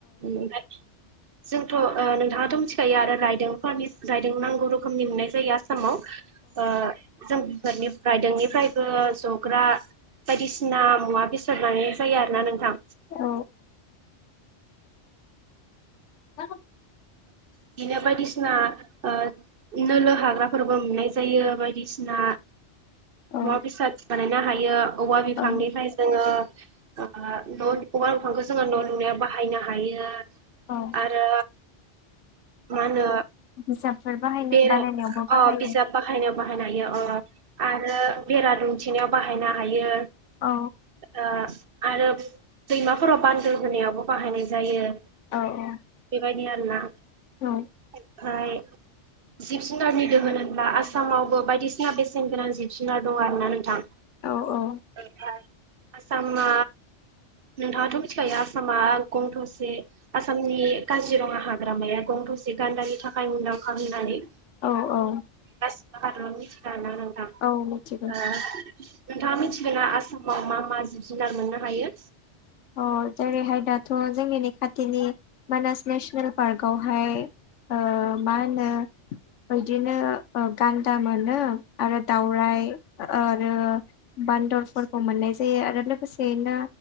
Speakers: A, on the right; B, on the left.
A: बेनिफ्राय जोंथ' नोंथाङाथ' मिथिखायो आरो रायदों <unintelligible> रायदों नांगौ रोखोमनि मोननाय जायो आसामाव ओ जों फोरनि रायदों निफ्रायबो जग्रा बायदि सिना मुवा बेसाद बानायनाय जायो आरोना नोंथां।
B: औ <unintelligible>
A: बिदिनो बायदिसिना ओ नोलो हाग्रा फोरबो मोननाय जायो बायदिसिना
B: औ
A: मुवा बेसाद बानायनो हायो औवा बिफांनि
B: औ
A: फ्राय जोङो <unintelligible> जोङो न' लुनायाव बाहायनो हायो
B: औ
A: आरो मा होनो
B: बिजाबफोर बाहायनाय
A: बेरा
B: बानायनायावबो बाहायो
A: अ बिजाब बाहाय नायाव बाहायनो हायो अ आरो बेरा दुमथि नायाव बाहायनो हायो।
B: औ
A: ओ आरो दैमा फोराव बान्दो होनायावबो बाहायनाय जायो।
B: औ औ।
A: बायदि आरो ना
B: औ
A: ओमफाय जिब जुनारनि दोहोन होनब्ला आसामावबो बायदि सिना बेसेन गोनां जिब जुनार दङ आरोना नोंथां।
B: औ औ।
A: ओमफ्राय आसामा नोंथाङाथ' मिथिखायो आसामा गं थसे आसामनि काजिरङा हाग्रामाया गं थसे गान्दानि थाखाय मुंदां खामि नानै
B: औ औ।
A: <unintelligible> मिथिना नोंथां
B: औ मिथिगौ
A: ओ नोंथाङा मिथिगोना आसामाव मा मा जिब- जुनार मोननो हायो?
B: अ जेरै हाय दाथ' जोंनिनि खाथिनि मानास नेसनेल पार्कगाव हाय ओ मा होनो बिदिनो ओ गान्दा मोनो आरो दावराइ ओ आरो बान्दर फोरखौ मोननाय जायो आरो लोगो लोगो सेयैनो